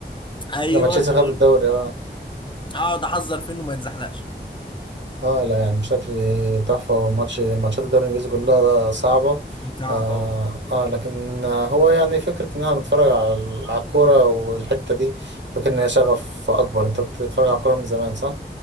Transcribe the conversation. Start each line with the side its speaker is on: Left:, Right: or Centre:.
Left: <laughs> ايوه
Right: لما تشيلسي خد الدوري اه
Left: اقعد احذر فيه انه ما يتزحلقش
Right: اه لا يعني بشكل تحفة ماتش ماتشات الدوري الانجليزي كلها صعبة
Left: ممتعة
Right: آه,
Left: طبعا
Right: اه لكن آه، هو يعني فكرة ان احنا بنتفرج على على الكورة والحتة دي فاكر ان هي شغف اكبر انت بتتفرج على الكورة من زمان صح؟